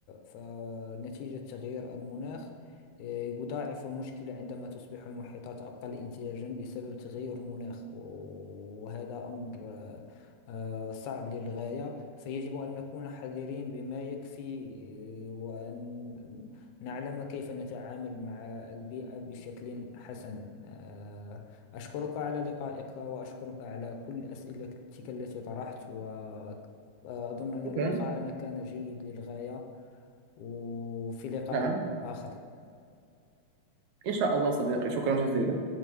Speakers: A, on the left; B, on the right.
A: فنتيجة تغيير المناخ آه، يضاعف المشكلة عندما تصبح المحيطات أقل انتاجا بسبب تغير المناخ و- وهذا أمر آه، آه، صعب للغاية فيجب أن نكون حذرين بما يكفي آه، وأن نعلم كيف نتعامل مع البيئة بشكل حسن آه، أشكرك على لقائك وأشكرك على كل أسئلتك التي طرحت وأظن أن
B: شكرا
A: لقاءنا كان جيد للغاية وفي لقاء
B: نعم
A: آخر
B: إن شاء الله صديقي شكرا جزيلا